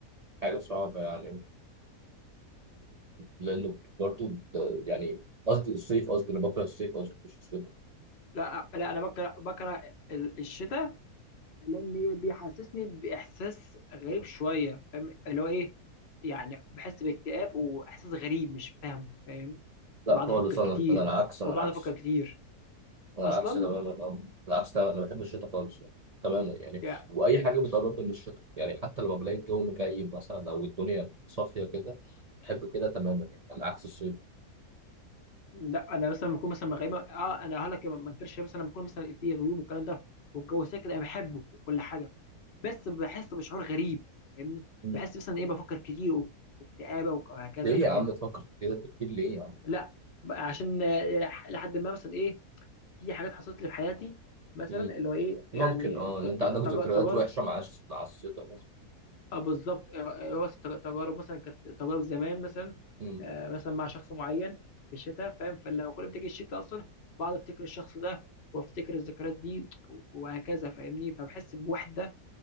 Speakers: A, on the right (about 80°); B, on the left (about 55°).
A: حاجه صعبه يعني لانه برضو آه، يعني قصدي الصيف قصدي انا بكره الصيف قصدي مش الشتاء
B: لا لا انا بكره بكره الشتاء لان بيحسسني باحساس غريب شويه فاهم اللي هو ايه يعني بحس باكتئاب واحساس غريب مش فاهمه فاهم
A: لا
B: وبقعد
A: خالص
B: افكر
A: انا
B: كتير
A: انا العكس انا
B: وبقعد
A: العكس
B: افكر كتير
A: انا
B: اصلا
A: العكس تماما اه العكس تماما انا بحب الشتاء خالص يعني. تماما يعني
B: يعني
A: واي حاجه بتقربني من الشتاء يعني حتى لما بلاقي الجو مكيف مثلا او الدنيا صافيه كده بحب كده تماما يعني على عكس الصيف
B: لا انا مثلا لما بكون مثلا غايمه اه انا هقول لك ما انكرش مثلا لما بكون مثلا في غيوم والكلام ده والجو ساكت انا بحبه وكل حاجه بس بحس بشعور غريب فاهمني
A: مم.
B: بحس مثلا ايه بفكر كتير واكتئابه وهكذا
A: ليه
B: فاهم
A: يا عم تفكر في كده كتير ليه يا عم
B: لا عشان آه، لحد ما مثلا ايه في حاجات حصلت لي في حياتي مثلا
A: مم.
B: اللي هو ايه
A: ممكن
B: يعني
A: اه
B: ت-
A: لان
B: ت-
A: انت عندك ذكريات
B: تج- تجارب
A: وحشه مع الش- مع الشتاء مثلا
B: آه، بالظبط آه، آه، بس تج- تجارب مثلا كانت تجارب زمان مثلا
A: مم.
B: آه، مثلا مع شخص معين في الشتاء فاهم فلما كل ما تيجي الشتاء اصلا بقعد افتكر الشخص ده وافتكر الذكريات دي وهكذا فاهمني فبحس بوحده